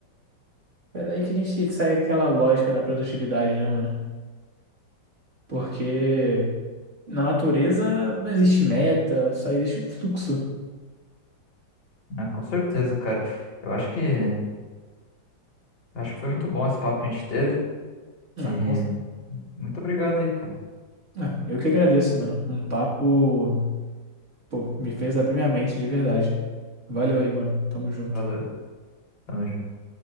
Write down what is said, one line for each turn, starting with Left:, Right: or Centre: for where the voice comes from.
Right: É. É daí que a gente sai aquela lógica da produtividade, né, mano? Porque na natureza não existe meta, só existe o fluxo.
Left: né? Com certeza, cara. Eu acho que, eu acho que foi muito bom esse papo que a gente teve.
Right: Ah,
Left: E
Right: com-
Left: muito obrigado aí, cara.
Right: ah, eu que agradeço, mano. Um papo Pô, me fez abrir minha mente de verdade. Valeu aí, mano. Tamo junto.
Left: Valeu. Tamo junto.